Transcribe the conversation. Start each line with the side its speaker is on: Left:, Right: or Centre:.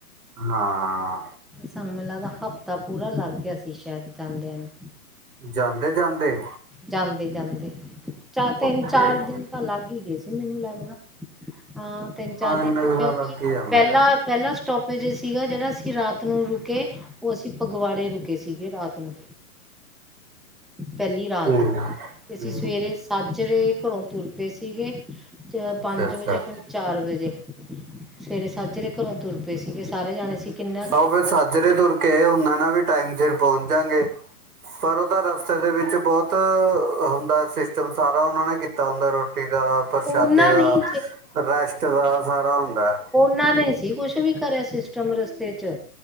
Right: ਹਾਂ।
Centre: ਸਾਨੂੰ ਮੈਨੂੰ ਲੱਗਦਾ ਹਫ਼ਤਾ ਪੂਰਾ ਲੱਗ ਗਿਆ ਸੀ ਸ਼ਾਇਦ ਜਾਂਦਿਆਂ ਨੂੰ।
Right: ਜਾਂਦੇ ਜਾਂਦੇ
Centre: ਜਾਂਦੇ-ਜਾਂਦੇ, ਚਾ ਤੇਨ-ਚਾਰ
Right: ਓਕੇ
Centre: ਦੇਨ ਤਾਂ ਲੱਗ ਈ ਗਏ ਸੀ। ਮੈਨੂੰ ਲੱਗਦਾ, ਹਾਂ ਤੇਨ-ਚਾਰ ਦੇਨ
Right: ਇੰਨਾ ਕੁ
Centre: ਕੇਉਂਕਿ
Right: ਤਾਂ ਲੱਗ ਹੀ ਜਾਂਦਾ
Centre: ਪੈਲਾਂ ਪੈਲਾ ਸਟੋਪੇਜ ਸੀਗਾ ਜੇੜਾ ਅਸੀਂ ਰਾਤ ਨੂੰ ਰੁਕੇ, ਓ ਅਸੀਂ ਫਗਵਾੜੇ ਰੁਕੇ ਸੀਗੇ ਰਾਤ ਨੂੰ। ਪੈਲੀ ਰਾਤ,
Right: ਹੂੰ ਹੂੰ
Centre: ਏਸੀਂ ਸਵੇਰੇ ਸਾਜਰੇ ਘਰੋਂ ਤੁਰ ਪਏ ਸੀਗੇ, ਚੈ
Right: ਅੱਛਾ
Centre: ਪੰਜ
Right: ਅੱਛਾ
Centre: ਵਜੇ ਖਨੀ ਚਾਰ ਵਜੇ, ਸਵੇਰੇ ਸਾਜਰੇ ਘਰੋਂ ਤੁਰ ਪਏ ਸੀਗੇ ਸਾਰੇ ਜਾਣੇ ਅਸੀ ਕੀਨਾ
Right: ਓ ਫੇਰ ਸਜਰੇ ਤੁਰ ਕੇ ਆਏ ਓਨਾ ਨਾ ਵੀ ਟਾਈਮ ਸੇਰ ਪੌਂ ਜਾਗੇ। ਪਰ ਓ ਤਾਂ ਰਸਤੇ ਦੇ ਵਿੱਚ ਬਹੋਤ ਹੁੰਦਾ ਸੀਸਟਮ ਸਾਰਾ ਓਨਾਂ ਨੇ ਕੀਤਾ ਹੁੰਦਾ ਰੋ ਰੋਟੀ ਦਾ, ਪ੍ਰਸ਼ਾਦੇ
Centre: ਉਹਨਾਂ
Right: ਦਾ,
Centre: ਨਹੀਂ
Right: ਰੈਸਟ ਦਾ, ਸਾਰਾ ਹੁੰਦਾ ਆ।
Centre: ਨਾ ਨੇ ਸੀ ਕੁਛ ਵੀ ਕਰੇਆ ਸੀਸਟਮ ਰਸਤੇ ਚ।